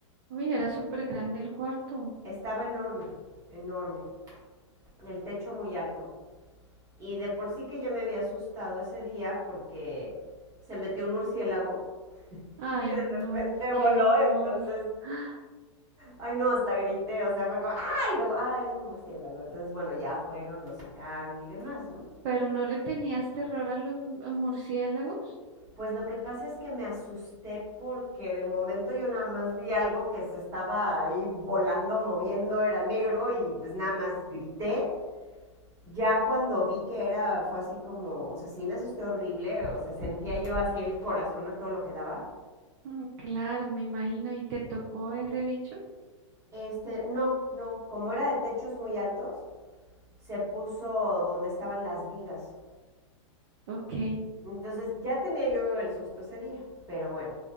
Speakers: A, on the right; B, on the right.
A: Uy, era súper grande el cuarto.
B: Estaba enorme, enorme, el techo muy alto. Y de por sí que ya me había asustado ese día porque se metió un murciélago <laughs>
A: Ay,
B: y de
A: no,
B: repente
A: qué
B: voló,
A: horror.
B: entonces
A: <gasps> ¡Ah!
B: Ay, no, hasta grité, o sea, fue como, ay, y luego, ah, es un murciélago. Entonces, bueno, ya fueron, lo sacaron y demás, ¿no?
A: ¿Pero no le tenías terror a los mu- murciélagos?
B: Pues lo que pasa es que me asusté porque de momento yo nada más vi algo que se estaba ahí volando, moviendo, era negro y pues nada más grité. Ya cuando vi que era, fue así como, o sea, sí me asusté horrible, o sea, sentía yo así el corazón a todo lo que daba.
A: Mm, claro, me imagino. ¿Y te tocó ese bicho?
B: Este, no, no, como era de techos muy altos, se puso donde estaban las vigas.
A: Ok.
B: Entonces ya tenía yo el susto ese día, pero bueno.